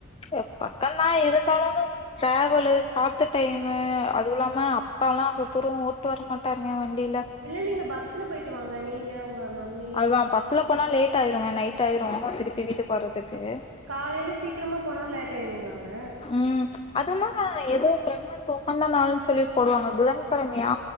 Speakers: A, on the left (about 25°); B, on the right (about 80°).
A: தெ பக்கந்தா இருந்தாலு ட்ராவலு காத்து டைமு அதுவுயில்லாம அப்பால்லா அவ்ளோ தூரோ ஓட்டு வரமாட்டாருங்க வண்டியில
B: இல்ல நீங்க பஸ்ல போயிட்டு வாங்க நீங்க உங்க மம்மி
A: அதுதா பஸ்ல போனா லேட் ஆயிருங்க நைட் ஆயிரோ திருப்பி வீட்டுக் போறதுக்கு
B: காலையில சீக்கிரமா போனாலு லேட்டா ஆயிருங்களாங்க
A: ம் அதுமா ஏதோ ஃப்ரெம்ம ருக்கு உகந்த நாள்ன்னு சொல்லி போடுவாங்க புதன்கிழமையா